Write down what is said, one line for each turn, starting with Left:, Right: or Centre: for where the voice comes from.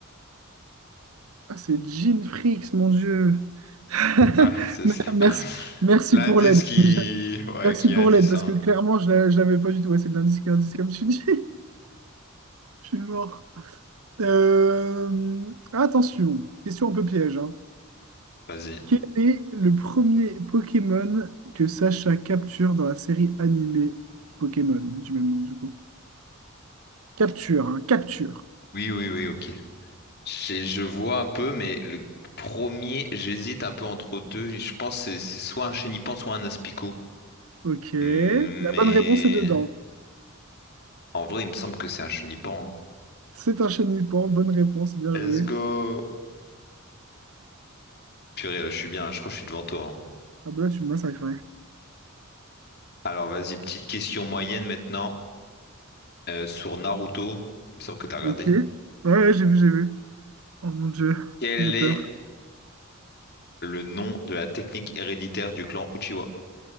Right: Ah, c'est Jean Fricks, mon Dieu. <laughs>
Left: Ouais, c'est ça.
Right: Merci,
Left: <laughs>
Right: merci
Left: L'indice
Right: pour l'aide.
Left: qui... Ouais,
Right: Merci
Left: qui
Right: pour
Left: indice,
Right: l'aide, parce
Left: hein.
Right: que clairement, je ne l'avais pas du tout. Ouais, c'est de l'indice, c'est de l'indice, comme tu dis. <laughs> Je suis mort. Euh, Attention, question un peu piège, hein.
Left: Vas-y.
Right: Quel est le premier Pokémon que Sacha capture dans la série animée Pokémon, du même nom, du coup? Capture, hein, capture.
Left: Oui, oui, oui, ok. J'ai- Je vois un peu, mais le premier, j'hésite un peu entre deux. Je pense que c'est c'est soit un chenipan, soit un aspicot.
Right: Ok.
Left: Mais...
Right: La bonne réponse est dedans.
Left: En vrai, il me semble que c'est un chenipan. hein.
Right: C'est un Chenipan. Bonne réponse, bien
Left: Let's
Right: joué.
Left: go! Purée, je suis bien, je crois que je suis devant toi. hein.
Right: Ah bah là, tu me massacrais.
Left: Alors, vas-y, petite question moyenne maintenant. euh, sur Naruto, il me semble que t'as regardé.
Right: Ok. Ouais, ouais, j'ai vu, j'ai vu. Oh mon dieu,
Left: Quel
Right: j'ai peur.
Left: est le nom de la technique héréditaire du clan Uchiwa?